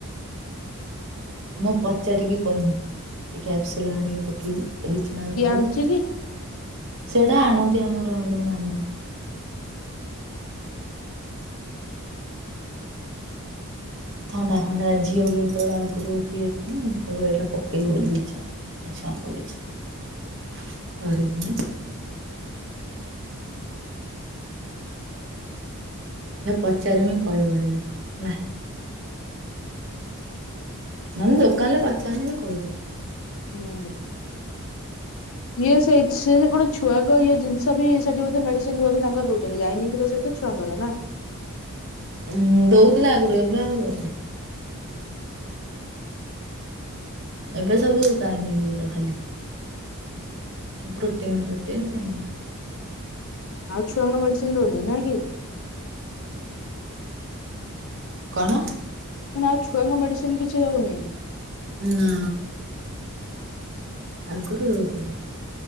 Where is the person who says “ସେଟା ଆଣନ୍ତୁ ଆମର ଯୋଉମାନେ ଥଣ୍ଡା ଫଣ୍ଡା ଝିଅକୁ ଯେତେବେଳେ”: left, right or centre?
Right